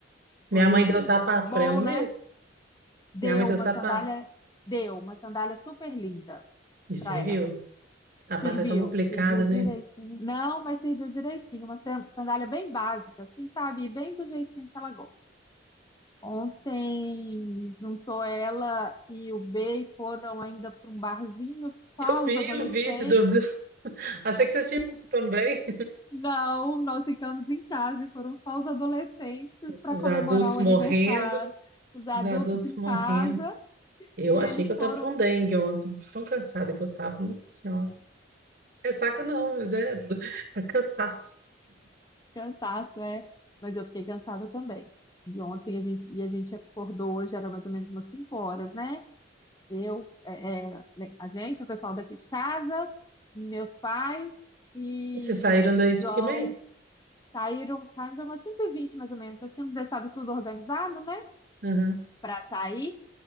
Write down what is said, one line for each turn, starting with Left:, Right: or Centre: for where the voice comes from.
Right: Minha
Left: foi
Right: mãe deu sapato
Left: bom,
Right: para ela mesmo.
Left: né?
Right: Minha
Left: Deu
Right: mãe deu
Left: uma
Right: sapato.
Left: sandália, deu uma sandália super linda
Right: Me serviu.
Left: para ela.
Right: Sapato
Left: Serviu,
Right: é tão complicado,
Left: serviu
Right: né?
Left: direitinho. Não, mas serviu direitinho. Uma san- sandália bem básica, assim, sabe? E Bem do jeitinho que ela gosta. Ontem juntou ela e o B e foram ainda para um barzinho só
Right: Eu vi
Left: os adolescentes.
Right: o vídeo do. <laughs> Achei que vocês tinham visto também.
Left: Não, nós ficamos em casa e foram só os adolescentes para
Right: Os
Left: comemorar
Right: adultos
Left: o
Right: morrendo,
Left: aniversário. Os adultos
Right: os adultos
Left: em
Right: morrendo.
Left: casa
Right: Eu
Left: e
Right: achei
Left: eles
Right: que eu
Left: foram
Right: tava com dengue ontem. de Tão cansada que eu tava, nossa senhora. É saca não, mas é, é cansaço.
Left: cansados é. Mas eu fiquei cansada também. E ontem a gente, e a gente acordou hoje, era mais ou menos umas 5 horas, né? Eu, é, é, né, a gente, o pessoal daqui de casa, meus pais e
Right: E vocês saíram daí cinco
Left: João
Right: e meia?
Left: saíram, saíram umas cinco e vinte mais ou menos. Nós tínhamos deixado tudo organizado, né?
Right: Aham.
Left: para sair.